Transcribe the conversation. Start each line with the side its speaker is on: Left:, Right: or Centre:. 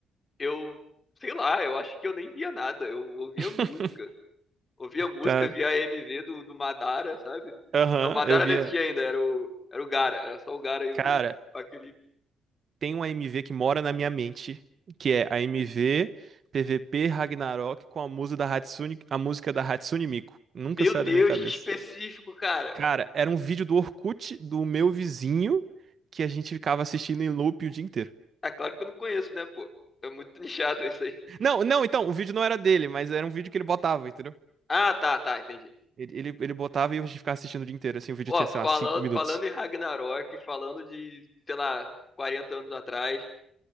Left: eu sei lá, eu acho que eu nem via nada, eu ouvia
Right: <laughs>
Left: música. Ouvia música,
Right: Tá.
Left: via a MV do, do Madara, sabe?
Right: Aham,
Left: Não, Madara
Right: eu via.
Left: não existia ainda, era o era o Gaara, era só o Gaara e
Right: Cara.
Left: o aquele
Right: tem uma MV que mora na minha mente, que é a MV PVP Ragnarok com a música da Hatsune, a música da Hatsune Miku. Nunca
Left: Meu
Right: sai
Left: Deus,
Right: da minha cabeça.
Left: que específico, cara.
Right: Cara, era um vídeo do Orkut do meu vizinho que a gente ficava assistindo em loop o dia inteiro.
Left: É claro que eu não conheço, né, pô? É muito <laughs> nichado isso aí.
Right: Não, não, então, o vídeo não era dele, mas era um vídeo que ele botava, entendeu?
Left: Ah, tá, tá, entendi.
Right: Ele, ele, ele botava e a gente ficava assistindo o dia inteiro, assim, o vídeo
Left: Ó,
Right: tinha, sei
Left: falando,
Right: lá, 5 minutos.
Left: falando em Ragnarok, falando de, sei lá, 40 anos atrás,